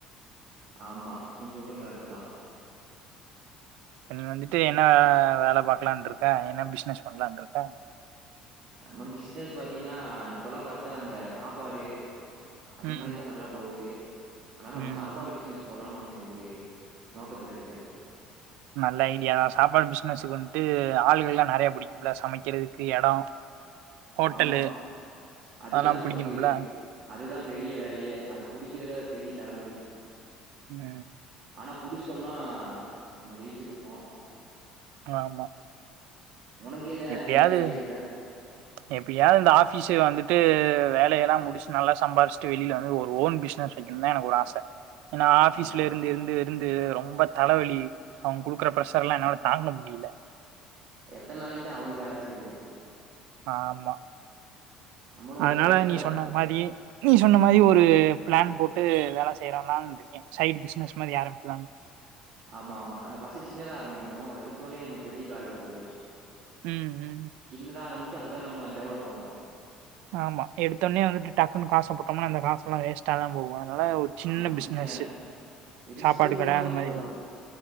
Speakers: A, on the right (about 45°); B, on the right (about 75°).
A: ஆமா நீ சொல்றது கரெக்ட்டுதா
B: இப்ப நீங்க வந்துட்டு என்ன வே வேல பாக்கலான் இருக்கா என்ன பிஸ்னஸ் பண்ணலான் இருக்க
A: நம்ம பிஸ்னஸ் பாத்தீன்னா இப்பல்லா பாத்தா அந்த சாப்பாடு அந்த
B: ம்
A: மாரிதா நல்லா போகுது அதனால நம்ம
B: ம்
A: சாப்பாடு பிஸ்னஸ் போலானு ஒன்னு ஒரு நோக்கத்துல இருக்கே
B: நல்ல ஐடியாதா சாப்பாடு பிஸ்னஸ்கு வந்ட்டு ஆளுகள்லா நறையா புடிக் நம்ளா சமைக்கிறதுக்கு எடோ ஹோட்டலு
A: ஆமா அதுதா
B: அதெல்லா
A: நமக்கு
B: புடிக்கணும்ல
A: அதுதா பெரிய வேலையே அத புடிக்கிறதா பெரிய தலவலி
B: ம
A: ஆனா புடிசிட்டோம்னா நம்ம ஜெய்ச்சுருவோ
B: ஆமா
A: உனக்கு எத
B: எப்டியாது
A: இந்த மாரி ஐடியா இருக்கா?
B: எப்டியாது இந்த ஆஃபிஸு வந்துட்டு வேலயெல்லா முடிச்சு நல்லா சம்பாரிச்சுட்டு வெளில வந்து ஒரு ஓன் பிஸ்னஸ் வை கணுன்தா எனக்கு ஒரு ஆச எனா ஆஃபிஸ்ல
A: ஆமா.
B: இருந்து இருந்து இருந்து ரொம்ப தலவலி அவ குடுக்குற ப்ரஷர்ல்லா என்னால தாங்க முடில
A: எத்தன் நாளைக்குதா அவுனுக்கு வேல செய்றது
B: ஆமா
A: நம்மளும்
B: அதனால
A: ஒரு சின்னதா
B: நீ சொன்ன மாரி நீ சொன்ன மாரி ஒரு ப்ளான் போட்டு வேல செய்யலான்ருக் கே சைட் பிஸ்னஸ் மாரி ஆரம்பிக்கலான்
A: ஆமா ஆமா நம்ம ஃபஸ்ட்டு சின்னதா ஆரம்பிக்கணு எடுத்தோனே நம்ம பெரிய கால் வெக்கூடாது
B: ம் ம்
A: சின்னதா ஆரம்பிச்சி அத நம்ம டெவலப் பண்ணணு
B: ஆமா எடுத்தொனே வந்துட்டு டக்குன்னு காச போட்டோமா அந்த காச எல்லா வேஸ்ட்டாதா போவு அதனால ஒரு சின்ன
A: ஆமா. திடீர்னு
B: பிஸ்னஸ்சு
A: ரிஸ்க்கும்
B: சாப்பாடு கட
A: அதிகமா
B: அந்த மாரி
A: இருக்கும்.